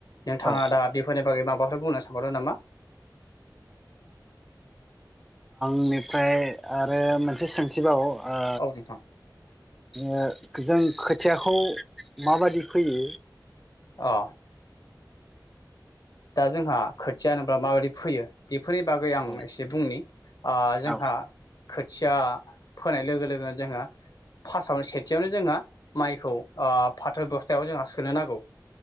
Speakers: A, on the left; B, in the centre.
A: नोंथाङा
B: ओ
A: दा बेफोरनि बागै माबाफोर बुंनो सानहरो नामा?
B: बेनिफ्राय आरो मोनसे सोंथिबाव ओ
A: औ नोंथां
B: ओ जों खोथियाखौ माबादि फोयो।
A: अ दा जोंहा खोथिया होनोब्ला माबोरदि फैयो बेफोरनि बागै आं
B: औ
A: एसे बुंनि अ जोंहा
B: औ
A: खो खोथिया फोनाय लोगो लोगोनो जोंहा फार्टआवनो सेथियावनो जोंहा माइखौ ओ फाथो बस्थायाव जोंहा सोनो नांगौ